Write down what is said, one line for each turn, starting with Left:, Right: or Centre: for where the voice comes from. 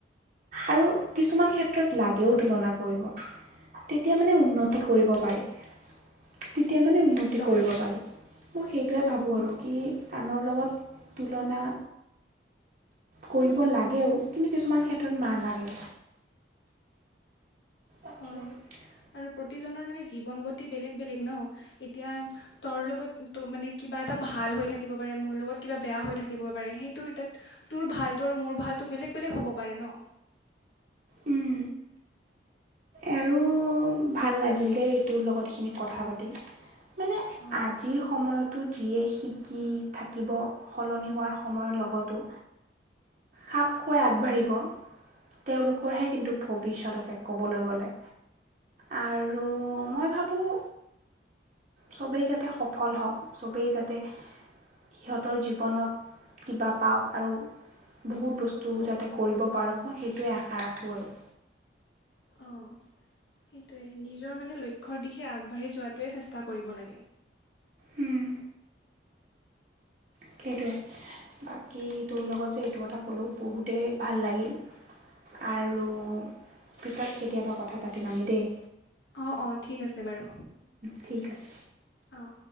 Right: আৰু কিছুমান ক্ষেত্ৰত লাগেও তুলনা কৰিব তেতিয়া মানে উন্নতি কৰিব পাই। তেতিয়া মানে উন্নতি
Left: একদম
Right: কৰিব পাৰি, মই সেইটোৱে ভাবোঁ আৰু কি আনৰ লগত তুলনা কৰিব লাগেও, কিন্তু নালাগে। <inaudible>
Left: হয় আৰু প্ৰতিজনৰ মানে জীৱন গতি বেলেগ বেলেগ ন এতিয়া তৰ লগত তো মানে কিবা এটা ভাল হৈ থাকিব পাৰে মোৰ লগত কিবা বেয়া হৈ থাকিব পাৰে, সেইটো এতাত তোৰ ভালটো আৰু মোৰ ভালটো বেলেগ বেলেগ হ'ব পাৰে ন'।
Right: উম, আৰু ভাল লাগিল দেই, তোৰ লগত এইখিনি কথা পাতি। মানে
Left: অঁ
Right: আজিৰ সময়তো যিয়ে শিকি থাকিব। সলনি হোৱাৰ সময়ৰ লগতো খাপখোৱাই আগবাঢ়িব, তেওঁলোকৰহে কিন্তু ভৱিষ্যত আছে ক'বলৈ গ'লে। আৰু মই ভাবোঁ, চবেই যাতে সফল হওঁক, চবেই যাতে সিহঁতৰ জীৱনত কিবা পাওক আৰু। বহুত বস্তু যাতে কৰিব পাৰক মই সেইটোৱে আশা ৰাখোঁ আৰু।
Left: অৱ, ' সেইটোৱে নিজৰ মানে লক্ষ্যৰ দিশে আগবাঢ়ি যোৱাটোৱে চেষ্টা কৰিব লাগে।
Right: উম। সেইটোৱে। বাকী তোৰ লগত যে এইটো কথা ক'লোঁ বহুতেই ভাল লাগিল। আৰু পিছত কেতিয়াবা কথা পাতিম আমি দেই।
Left: অ' অ' ঠিক আছে বাৰু,
Right: ঠিক আছে
Left: অৱ।